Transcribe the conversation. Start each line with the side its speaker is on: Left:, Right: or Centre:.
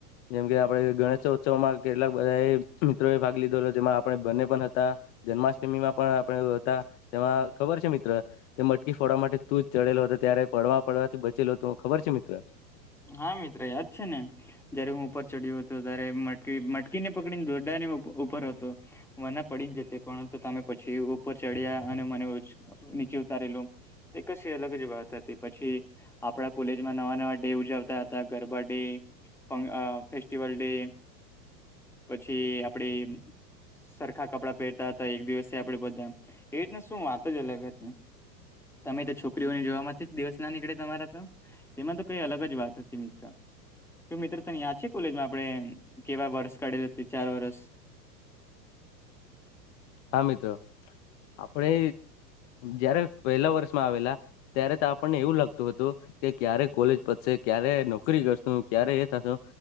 Left: જેમ કે આપડે ગણેશ ચૌ ઉસવમાં કેટલાક બધા એ મિત્રોએ ભાગ લીધો હતો જેમાં આપણે બંને પણ હતા જન્માષ્ટમીમાં પણ આપણે હતા. તેમાં ખબર છે મિત્ર કે મટકી ફોડવા માટે તું જ ચડેલો હતો ત્યારે પડવા પડવાથી ચલો તો ખબર છે મિત્ર.
Centre: હા મિત્ર યાદ છે ને. જયારે હું ઉપર ચડ્યો હતો ત્યારે મટ મટકીને પકડીને દોરડાને ઉપર હતો. વ ના પડી જ જતી પરંતુ તમે પછી ઉપર ચડ્યા અને મને ઉચ નીચે ઉતારેલું તે કશી અલગ જ બાબત હતી પછી આપણા કોલેજમાં નવા નવા ડે ઉજવતા હતા ગરબા ડે આ ફેસ્ટિવલ ડે પછી આપડે સરખા કપડાં પહેરતા હતા એક દિવસે આપડે બધા એવી રીતને શું વાત જ અલગ હતી. તમે તો છોકરીઓને જોવા માટે દિવસ ના નીકળે તમારા તો તેમાં તો કઈ અલગ જ વાત હતી મિત્ર. તો મિત્ર તને યાદ છે કોલેજમાં આપડે કેવા વર્ષ કાઢેલું હતી ચાર વર્ષ.
Left: હા મિત્રો આપડે જયારે પહેલા વર્ષમાં આવેલા ત્યારે તો આપણને એવું લાગતું હતું. કે ક્યારે કોલેજ પડશે ક્યારે નોકરી કરશો ક્યારે એ થતો.